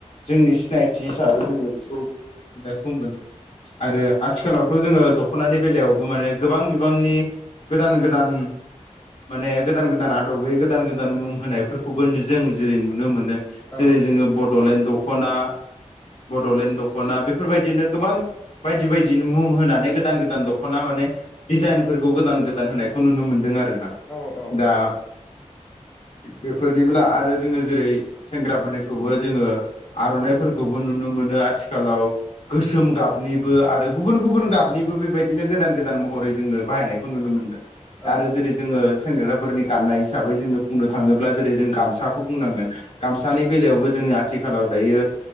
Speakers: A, on the left; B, on the left.
A: जोंनि सिनायथि हिसाबै जोङो बेखौ नुनायखौ मोनो आरो आथिखालावथ' जोङो दख'नानि बेलायावबो माने गोबां बिबांनि गोदान गोदान माने गोदान गोदान आदबै गोदान गोदान मुं होनायफोरखौबो जों जेरै नुनो मोनो
B: औ
A: जेरै जोङो बड'लेण्ड दख'ना बड'लेण्ड दख'ना बेफोरबायदिनो गोबां बायदि बायदि मुं होनानै गोदान गोदान दख'ना माने डिजाइनफोरखौ गोदान गोदान होनायखौ नुनो मोनदों आरो ना।
B: औ
A: दा
B: औ
A: बेफोरनिला आरो जोङो जेरै सेंग्रा आरखौबो जोङो आर'नाइफोरखौबो नुनो मोनो आथिखालाव गोसोम गाबनिबो आरो गुबुन गुबुन गाबनिबो बेबायदिनो गोदान गोदान महरै जोंनो बाहायनाय नुनो मोनदों
B: औ
A: आरो जेरै जोङो सेंग्राफोरनि गाननाय हिसाबै जोङो बुंनो थाङोब्ला जेरै जों गामसाखौ बुंनांगोन गामसा दानि बेलायावबो जोङो आथिखालाव दायो